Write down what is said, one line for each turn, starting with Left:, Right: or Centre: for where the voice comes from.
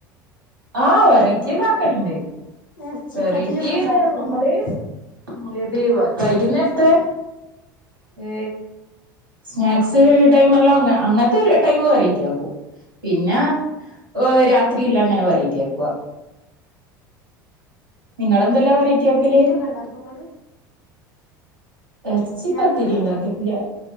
Right: ആഹ് വെറൈറ്റി എല്ലാക്കല്ണ്ട്
Left: എറച്ചിപ്പത്തിരിയൊക്കെ
Right: വെറൈറ്റി
Left: ഉണ്ടാക്കുവോ
Right: നമ്മള് അത് ഇത് വൈകുന്നേരത്തെ ഏ സ്നാക്സ് ടൈമെല്ലാം അങ് അങ്ങൻത്തൊരു ടൈമ് വെറൈറ്റി ആക്കും പിന്നെ ഹ് രാത്രി എല്ലാം അങ്ങനെ വെറൈറ്റി ആക്ക്വ നിങ്ങളെന്തെല്ലാ വെറൈറ്റി ആക്കല്
Left: ഇത് കണ്ടോ ഫോണ്
Right: എച്ചിപ്പത്തിരി
Left: ഞങ്ങള്
Right: ഇണ്ടാക്കൽല്ലാ